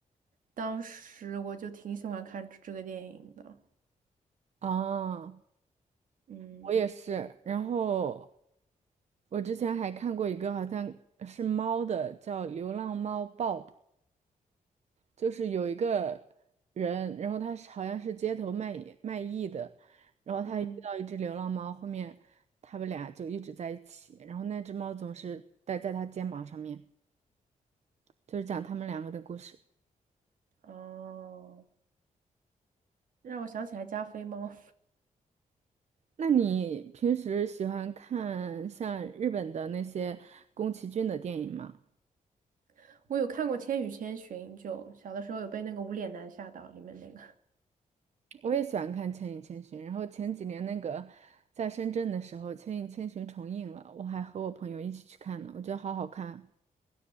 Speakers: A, on the right; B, on the right.
A: 当时我就挺喜欢看这个电影的。
B: 啊，
A: 嗯
B: 我也是。然后我之前还看过一个好像是猫的，叫流浪猫 Bob，就是有一个人，然后他是好像是街头卖艺卖艺的，然后他遇到一只流浪猫，
A: 嗯，
B: 后面他们俩就一直在一起，然后那只猫总是待在他肩膀上面，就是讲他们两个的故事。
A: 哦，让我想起来加菲猫，
B: 那你平时喜欢看像日本的那些宫崎骏的电影吗？
A: <laughs> 我有看过《千与千寻》，就小的时候有被那个无脸男吓到，里面那个，
B: 我也喜欢看《千与千寻》，然后前几年那个在深圳的时候，《千与千寻》重映了，我还和我朋友一起去看了，我觉得好好看。